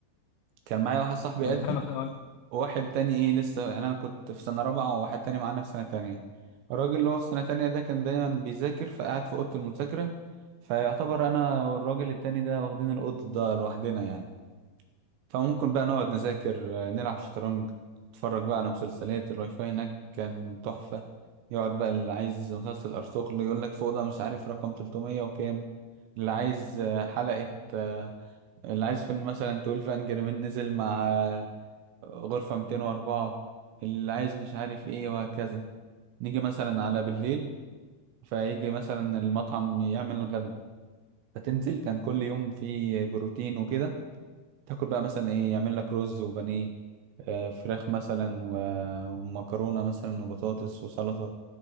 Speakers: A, on the right; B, on the left.
A: كان معايا واحد صاحبي
B: وانا
A: قدي
B: فاهمك اه
A: واحد تاني ايه لسه يعني انا كنت في سنه رابعه وواحد تاني معانا في سنه تانية الراجل اللي هو في سنه تانية ده كان دايما بيذاكر فقعد في اوضه المذاكره فيعتبر انا والراجل التاني ده واخدين الاوضه ده لوحدنا يعني فممكن بقى نقعد نذاكر آه، نلعب شطرنج نتفرج بقى على مسلسلات الواي فاي هناك كان تحفه يقعد بقى اللي عايز مسلسل ارطغرل يقول لك في اوضه مش عارف رقم 300 وكام اللي عايز آه، حلقه آه، اللي عايز فيلم مثلا 12 انجر مان نزل مع غرفة 204 اللي عايز مش عارف ايه وهكذا نيجي مثلا على بالليل فيجي مثلا المطعم يعمل الغدا فتنزل كان كل يوم في بروتين وكده تاكل بقى مثلا ايه يعمل لك رز وبانيه آه، فراخ مثلا و- ومكرونة مثلا وبطاطس وسلطة